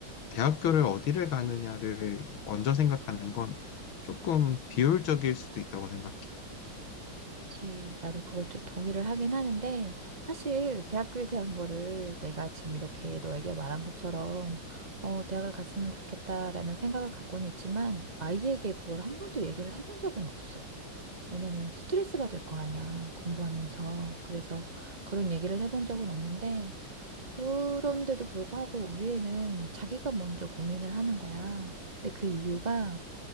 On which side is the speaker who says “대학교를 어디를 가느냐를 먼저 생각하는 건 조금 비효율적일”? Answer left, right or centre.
Left